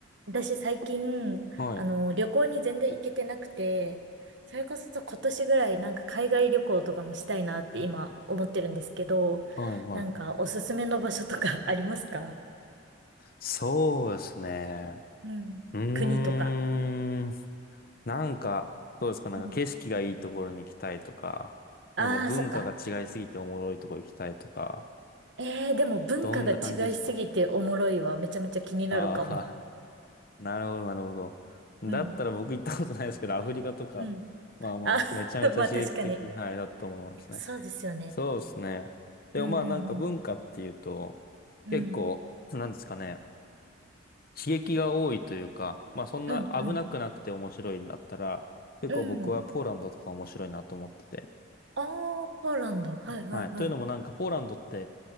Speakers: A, on the right; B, on the left.
A: 私最近、
B: はい、
A: あの、旅行に全然行けてなくて、それこそ今年ぐらいなんか海外旅行とかもしたいなって今思ってるんですけど、
B: はい、はい。
A: なんかおすすめの場所とか <laughs> ありますか
B: そうですね。
A: うん。
B: うーん。
A: 国とか。
B: なんか、どうですかなんか景色がいいところに行きたいとか、
A: うん。ああ、
B: なんか文化が違いすぎておもろいところ行きたいとか、
A: そっか。えー、でも文化が違いすぎておもろいわ。
B: どんな感じですか
A: めちゃめちゃ気になるかも。
B: ああー、<laughs> なるほど、なるほど。
A: うん。
B: だったら僕行ったことないですけど、アフリカとか、
A: うん。
B: まあもうめちゃめちゃ刺激的、
A: あ、<laughs> まあ確かに。
B: はい、だと思いますね。
A: いやそうですよね。
B: そうですね。でもまあなんか文化っていうと、
A: うんうんうん。
B: 結構、
A: うん。
B: なんですかね。刺激が多いというか、まあそんな危なくなくて面白いんだったら、
A: うんうん。
B: 結構僕はポーランドとか面白いなと思ってて。
A: うん。ああ、ポーランド。はいはいはい。
B: はい。というのもなんかポーランドって